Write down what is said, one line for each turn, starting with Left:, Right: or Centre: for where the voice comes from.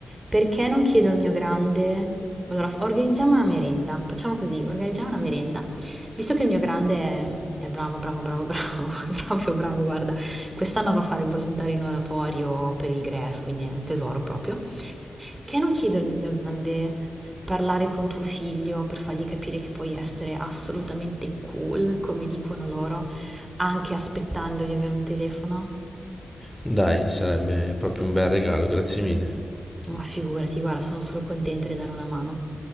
Right: Perché non chiedo al mio grande... Allora, f- organizziamo una merenda. Facciamo così, organizziamo una merenda. Visto che il mio grande è, è bravo, bravo, bravo, bravo, <laughs> è proprio bravo, guarda, quest'anno va a fare il volontario in oratorio per il GRES, quindi è un tesoro proprio. Perché non chiedo al mio grande parlare con tuo figlio per fargli capire che puoi essere assolutamente cool, come dicono loro, anche aspettando di avere un telefono?
Centre: dai, sarebbe proprio un bel regalo, grazie mille.
Right: Ma figurati, guarda, sono solo contenta di dare una mano.